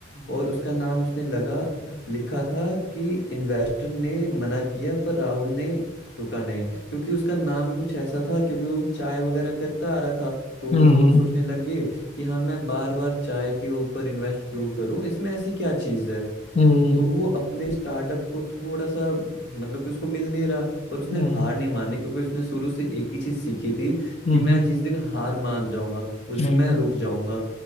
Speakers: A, on the left; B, on the left.
A: और उसका नाम उसने लगा लिखा था कि इन्वेस्टर ने मना किया पर राहुल ने रुका नहीं क्योंकि उसका नाम ही कुछ ऐसा था क्योंकि वो चाय वगैरह करता आ रहा था तो
B: हम्म
A: लोग सोचने लगे कि हाँ मैं बार बार चाय के ऊपर इन्वेस्ट क्यों करूं इसमें ऐसी क्या चीज़ है
B: हम्म
A: तो वो अपने स्टार्टअप को थोड़ा सा मतलब कि उसको मिल नहीं रहा पर उसने
B: हम्म
A: हार नहीं मानी क्योंकि उसने शुरू से एक ही चीज सीखी थी
B: हम्म
A: कि मैं
B: हम्म
A: जिस दिन हार मान जाऊंगा उस दिन
B: हम्म
A: मैं रुक जाऊंगा